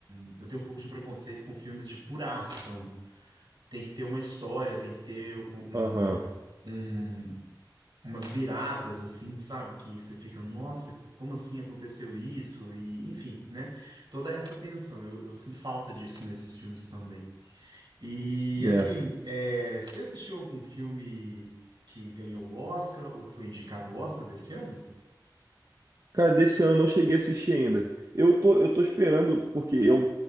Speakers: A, on the right (about 75°); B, on the right (about 50°).
A: um- eu tenho um pouco de preconceito com filmes de pura ação. Tem que ter uma história, tem que ter um,
B: Aham,
A: um- um- umas viradas, assim, sabe? Que você fica, nossa, como assim aconteceu isso? E, enfim, né? Toda essa tensão, eu, eu sinto falta disso nesses filmes também. E,
B: né?
A: assim, é, você assistiu algum filme que ganhou o Oscar ou que foi indicado o Oscar desse ano?
B: Cara, desse ano eu não cheguei a assistir ainda. Eu tô, eu tô esperando, porque eu,